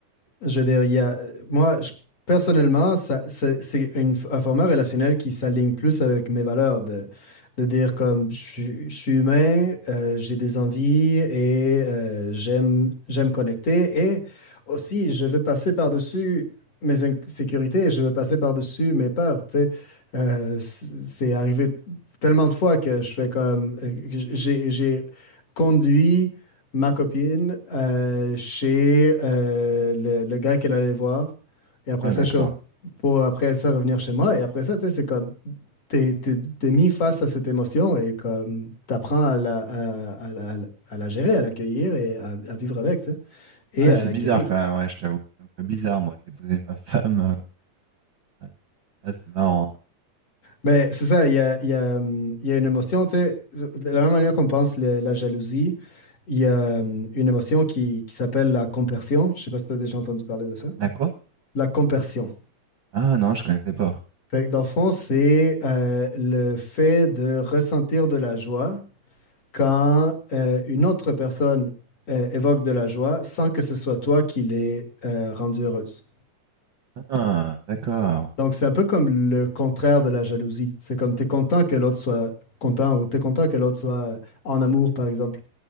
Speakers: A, on the left (about 50°); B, on the right (about 55°).
A: je veux dire, il y a, moi, je- personnellement, ça, c'est c'est une- un format relationnel qui s'aligne plus avec mes valeurs de, de dire comme je, suis je suis humain, euh, j'ai des envies et euh, j'aime, j'aime connecter et aussi je veux passer par-dessus mes insécurités, je veux passer par-dessus mes peurs, tu sais. Euh, c- c'est arrivé tellement de fois que je fais comme, euh, que j'ai j'ai conduit ma copine euh, chez euh, le, le gars qu'elle allait voir. Et après
B: Ah,
A: ça,
B: d'accord.
A: je suis rev- pour après ça revenir chez moi. Et après ça, tu sais, c'est comme, t'es, t'es- t'es mis face à cette émotion et comme, t'apprends à la, à, à la, à la gérer, à l'accueillir et à, à vivre avec, tu sais, et
B: Ah Ouais,
A: à
B: c'est
A: la
B: bizarre
A: guérir.
B: quand même, ouais, je t'avoue. Ça me fait bizarre, moi, de déposer ma femme. euh, ouais. Ah, c'est marrant.
A: Mais c'est ça, il y a, il y a, hum, il y a une émotion, tu sais, de la même manière qu'on pense le- la jalousie, il y a hum, une émotion qui, qui s'appelle la compersion. Je sais pas si tu as déjà entendu parler de ça.
B: La quoi?
A: La compersion.
B: Ah non, je connaissais pas.
A: Fait que dans le fond, c'est euh, le fait de ressentir de la joie quand euh, une autre personne euh, évoque de la joie sans que ce soit toi qui l'aies euh, rendue heureuse.
B: Ah, d'accord.
A: Donc, c'est un peu comme le contraire de la jalousie. C'est comme tu es content que l'autre soit content ou tu es content que l'autre soit en amour, par exemple.